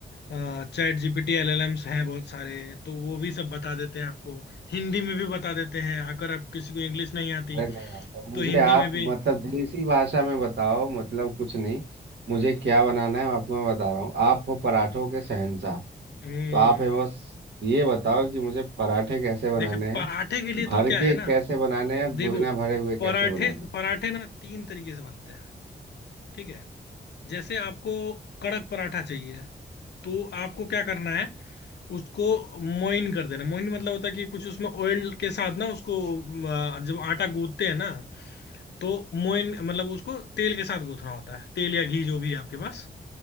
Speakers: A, on the left; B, on the right.
A: चैट जीपीटी एलएलएम्स हैं बहुत सारे तो वो भी सब बता देते हैं आपको हिंदी में भी बता देते हैं अगर आप किसी को इंग्लिश नहीं आती
B: अरे नहीं भाई साहब मुझे
A: तो हिंदी
B: आप
A: में भी
B: मतलब देसी भाषा में बताओ मतलब कुछ नहीं मुझे
A: हम्म
B: क्या बनाना है आपको मैं बता रहा हूँ आप हो पराठों के शहंशाह
A: हम्म।
B: तो आप है बस ये बताओ कि मुझे पराठे कैसे बनाने
A: देखो पराठे
B: हैं
A: के लिए तो
B: भर
A: क्या
B: के
A: है ना
B: कैसे बनाने हैं
A: देखो
B: बिना भरे हुए कैसे
A: पराठे
B: बनाने हैं
A: पराठे ना तीन तरीके से बनते हैं ठीक है जैसे आपको कड़क पराठा चाहिए तो आपको क्या करना है उसको मोइन कर देना मोइन मतलब होता है कि कुछ उसमें ऑयल के साथ ना उसको अ, जब आटा गूंथते हैं ना तो मोइन मतलब उसको तेल के साथ गूंथना होता है तेल या घी जो भी है आपके पास